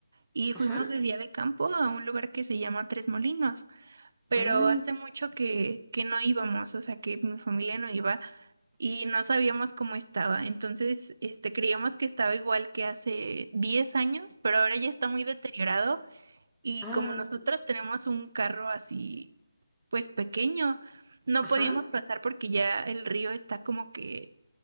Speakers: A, on the right (about 50°); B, in the centre.
A: y fuimos
B: ajá.
A: de día de campo a un lugar que se llama Tres Molinos, pero
B: Ah,
A: hace mucho que, que no íbamos, o sea que mi familia no iba y no sabíamos cómo estaba. Entonces, este, creíamos que estaba igual que hace 10 años, pero ahora ya está muy deteriorado y
B: ah,
A: como nosotros tenemos un carro así pues pequeño. No
B: ajá.
A: podíamos pasar porque ya el río está como que